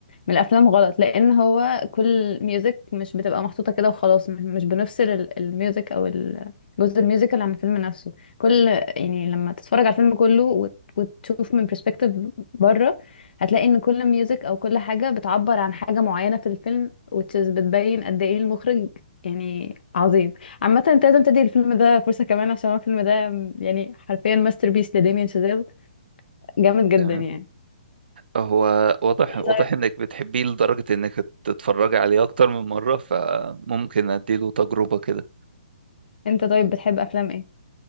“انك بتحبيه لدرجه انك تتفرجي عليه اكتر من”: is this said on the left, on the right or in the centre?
Right